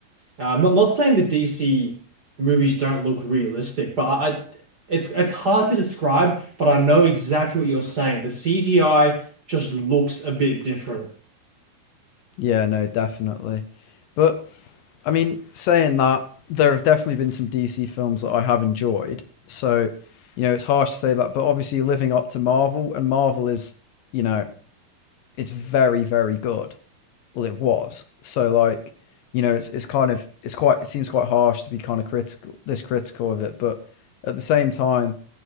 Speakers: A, on the right; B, on the left.
A: Uh, I'm not, not saying the DC movies don't look realistic, but I, I- it's it's hard to describe. But I know exactly what you're saying. The CGI just looks a bit different.
B: yeah, no, definitely. But I mean, saying that, there have definitely been some DC films that I have enjoyed. So, you know, it's harsh to say that, but obviously living up to Marvel, and Marvel is, you know, it's very, very good. Well, it was. So, like, you know, it's it's kind of it's quite it seems quite harsh to be kind of critical this critical of it, but at the same time,